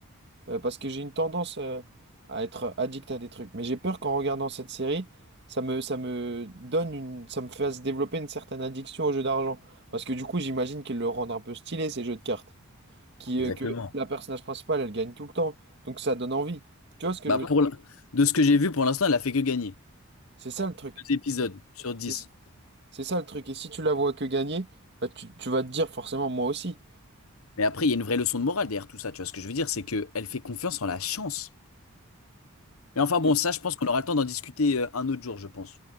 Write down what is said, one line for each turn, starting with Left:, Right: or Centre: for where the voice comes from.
Right: euh, parce que j'ai une tendance euh, à être addict à des trucs. Mais j'ai peur qu'en regardant cette série, ça me, ça me donne une... ça me fasse développer une certaine addiction aux jeux d'argent. Parce que du coup, j'imagine qu'ils le rendent un peu stylé, ces jeux de cartes. Qui,
Left: Exactement.
Right: euh, que la personnage principale, elle gagne tout le temps. Donc ça donne envie. Tu vois ce que
Left: Bah
Right: je veux
Left: Ouais.
Right: dire?
Left: pour l- de ce que j'ai vu pour l'instant, elle a fait que gagner.
Right: C'est ça le truc.
Left: Deux épisodes sur dix.
Right: C'est- C'est ça le truc. Et si tu la vois que gagner, bah, tu, tu vas te dire forcément moi aussi.
Left: Mais après, il y a une vraie leçon de morale derrière tout ça. Tu vois ce que je veux dire, c'est que elle fait confiance en la chance. Mais enfin bon,
Right: Et-
Left: ça, je pense qu'on aura le temps d'en discuter euh, un autre jour, je pense.